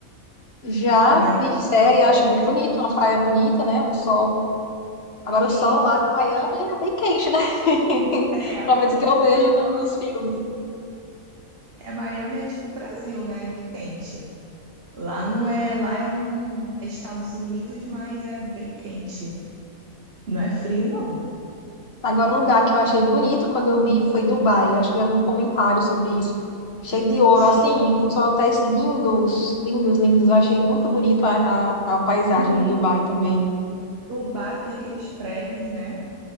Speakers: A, on the left; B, on the right.
A: Já
B: Miami
A: em série,
B: também.
A: eu acho muito bonito, uma praia bonita, né? Um sol Agora
B: Sim,
A: o sol lá
B: lá
A: de Miami
B: tem.
A: é bem quente, né? <laughs>
B: É,
A: Pelo menos
B: falam
A: o que eu
B: que
A: vejo
B: Miami
A: no- nos filmes.
B: é Miami é tipo Brasil, né, de quente. Lá não é, lá é um é Estados Unidos, mas é bem quente. Não é frio, não.
A: Agora, um lugar que eu achei bonito quando eu vi foi Dubai. Acho que já vi um comentário sobre isso. Cheio de ouro,
B: Sim,
A: assim, uns hotéis lindos, lindos, lindos. Eu achei muito bonito a, a, a paisagem
B: sim.
A: em Dubai também.
B: Dubai tem aqueles prédios, né?